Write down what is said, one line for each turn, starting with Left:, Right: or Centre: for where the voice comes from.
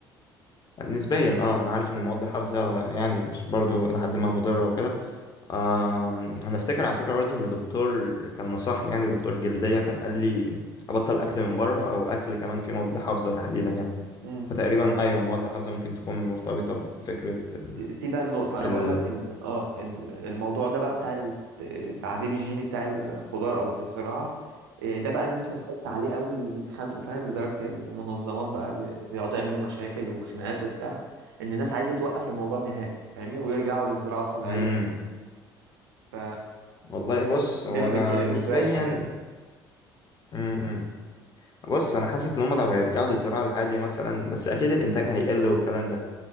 Left: نسبيا اه انا عارف ان المواد الحافظه يعني مش برضو لحد ما مضره وكده آه انا افتكر على فكره برضو ان دكتور كان نصحني يعني دكتور جلديه كان قال لي ابطل اكل من بره او اكل كمان في مواد حافظه تحديدا يعني
Right: امم
Left: فتقريبا ايوه مواد حافظه ممكن تكون مرتبطه بفكره ال
Right: دي بقى النقطه انا
Left: ال-
Right: بقول لك ال... اه ال- الموضوع ده بقى بتاع الت- التعديل الجيني بتاع الخضار او في الزراعه إيه ده بقى الناس مختلفه عليه قوي وبيتخانقوا فاهم لدرجه المنظمات بقى بي- بيقعدوا يعملوا مشاكل وخناقات وبتاع ان الناس عايزه توقف الموضوع نهائي فاهمني ويرجعوا للزراعه الطبيعيه
Left: مم.
Right: ف
Left: والله بص هو
Right: ليه ما
Left: انا
Right: بيتكلموش
Left: نسبيا
Right: في باقي الحاجات
Left: م-م. بص انا حاسس ان هم لو هيرجعوا للزراعه العاديه مثلا بس اكيد الانتاج هيقل والكلام ده